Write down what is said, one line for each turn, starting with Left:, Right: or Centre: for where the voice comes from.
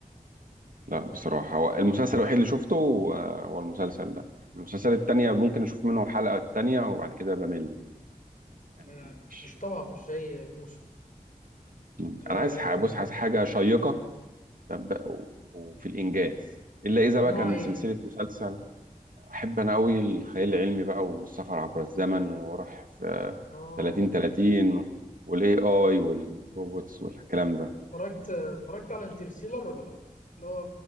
Right: لا بصراحة هو المسلسل الوحيد اللي شفته آه، هو المسلسل ده المسلسل التانية ممكن أشوف منه حلقة التانية وبعد كده بمل يعني
Left: يعني
Right: مش
Left: مش طبعا مش زي جيم اوف ثرونز
Right: مم.
Left: آه
Right: أنا عايز ح- بص عايز حاجة شيقة طب- و- وفي الإنجاز إلا إذا
Left: نوع
Right: بقى كان
Left: ايه
Right: سلسلة مسلسل أحب أنا أوي الخيال العلمي بقى والسفر عبر الزمن وأروح في
Left: اه
Right: 30 30 والاي اي والروبوتس والكلام ده
Left: اتفرجت اتفرجت على انترستيلر ولا لا اللي هو